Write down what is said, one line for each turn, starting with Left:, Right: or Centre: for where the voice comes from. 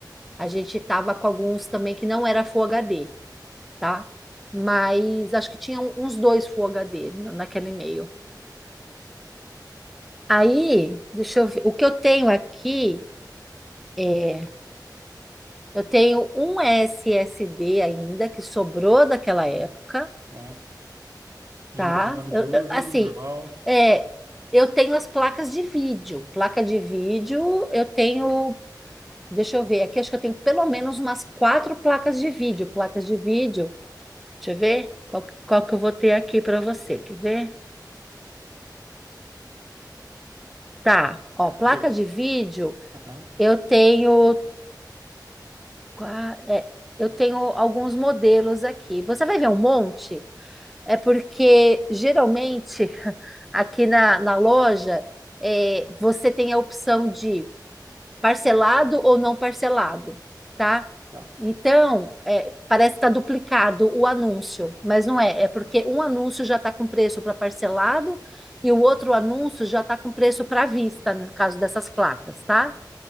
Centre: a gente estava com alguns também que não era Full HD, tá? Mas acho que tinha uns dois Full HD na- naquele e-mail. Aí, deixa eu ver, o que eu tenho aqui é Eu tenho um SSD ainda que sobrou daquela época,
Right: Aham. De
Centre: tá?
Right: novo, um ano de
Centre: Eu-
Right: uso,
Centre: eu- assim,
Right: normal.
Centre: é, eu tenho as placas de vídeo. Placa de vídeo, eu tenho, deixa eu ver, aqui acho que eu tenho pelo menos umas quatro placas de vídeo. Placas de vídeo, deixa eu ver qual, que- qual que eu vou ter aqui para você, quer ver? Tá,
Right: É,
Centre: ó, placa
Right: beleza.
Centre: de vídeo,
Right: Aham.
Centre: eu tenho, qua- é, eu tenho alguns modelos aqui. Você vai ver um monte? É porque geralmente <laughs> aqui na, na loja é, você tem a opção de parcelado ou não parcelado, tá?
Right: Tá.
Centre: Então, é, parece que está duplicado o anúncio, mas não é. É porque um anúncio já está com preço para parcelado e o outro anúncio já está com preço para vista, no caso dessas placas, tá?